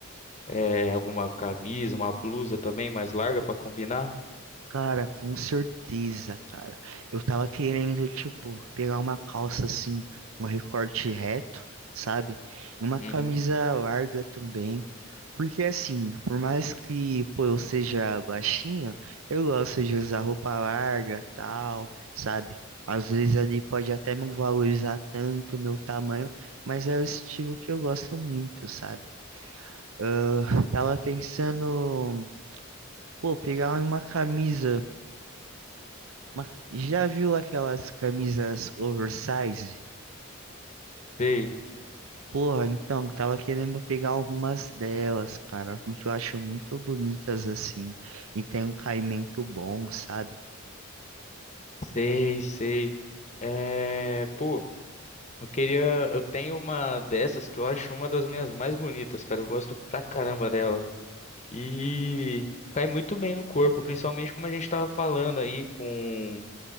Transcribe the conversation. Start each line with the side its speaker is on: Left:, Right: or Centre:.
Left: é, alguma camisa, uma blusa também mais larga pra combinar?
Right: Cara, com certeza, cara. Eu tava querendo, tipo, pegar uma calça assim, um recorte reto, sabe? E uma camisa
Left: Uhum.
Right: larga também. Porque assim, por mais que, pô, eu seja baixinho, eu gosto de usar roupa larga, tal, sabe? Às vezes ali pode até não valorizar tanto o meu tamanho, mas é o estilo que eu gosto muito, sabe? Ah, tava pensando, pô, pegar uma camisa. Mas já viu aquelas camisas oversize?
Left: Sei,
Right: Porra, então, tava querendo pegar algumas delas, cara, porque eu acho muito bonitas assim, e tem um caimento bom, sabe?
Left: sei, sei. É, pô, eu queria, eu tenho uma dessas que eu acho uma das minhas mais bonitas, cara. Eu gosto pra caramba dela. E cai muito bem no corpo, principalmente como a gente tava falando aí com